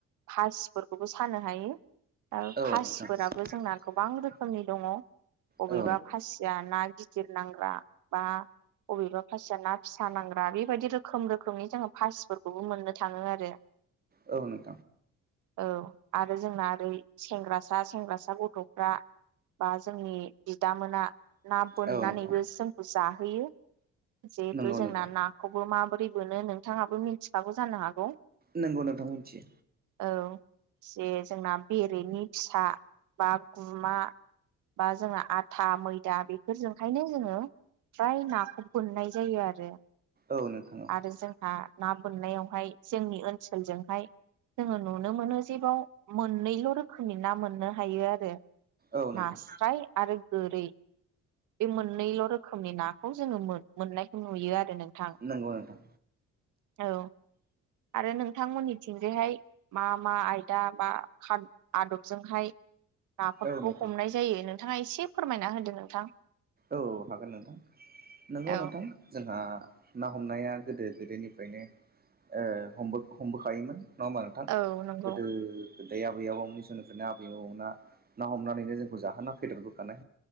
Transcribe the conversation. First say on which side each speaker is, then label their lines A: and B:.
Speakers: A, on the right (about 80°); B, on the right (about 30°).
A: फासिफोरखौबो सानो हायो
B: औ
A: फासिफोराबो
B: नोंथां
A: जोंना गोबां रोखोमनि दङ बबेबा
B: औ
A: फासिया ना गिदिर नांग्रा बा बबेबा फासिया ना फिसा नांग्रा बेबायदि रोखोम रोखोमनि जोङो फासिफोरखौबो मोननो थाङो आरो
B: औ न
A: औ आरो जोंना ओरै सेंग्रासा सेंग्रासा गथ'फ्रा बा जोंनि बिदामोना ना बोननानैबो
B: औ नोंथां
A: जोंखौ जाहोयो जिहेथु
B: नंगौ
A: जोंना
B: नोंथां
A: नाखौबो माबोरै मोनो नोंथाङाबो मिथिखागौ जानो हागौ
B: नंगौ नोंथां मिथि
A: औ जे जोंना बेरेनि फिसा बा गुमा बा जोंहा आथा मैदा बेफोरजोंहायनो जोङो फ्राय नाखौ मोननाय जायो आरो
B: औ नोंथां औ
A: आरो जोंहा ना बोननायावहाय जोंनि ओनसोलजोंहाय जोङो नुनो मोनो जे बाव मोननैल' रोखोमनि ना मोननो हायो आरो
B: औ नोंथां
A: नास्राय आरो गोरै बे मोननैल' रोखोमनि नाखौ जोङो मोनो मोननायखौ नुयो आरो नोंथां
B: नंगौ नोंथां
A: औ आरो नोंथांमोननिथिंजायहाय मा मा आयदा बा आदबजोंहाय नाफोरखौ
B: औ नोंथां
A: हमनाय जायो नोंथाङा एसे फोरमायना होदो नोंथां
B: औ हागोन नोंथां नंगौ
A: औ
B: नोंथां जोंहा ना हमनाया गोदो गोदोनिफ्रायनो ओ हमबो हमबोखायोमोन नङा होमा नोंथां
A: औ नंगौ
B: गोदो गो दाय आबै आबौमोननि समनिफ्रायनो आबै आबौमोना ना हमनानैनो जोंखौ जाहोना फेदेरबोखानाय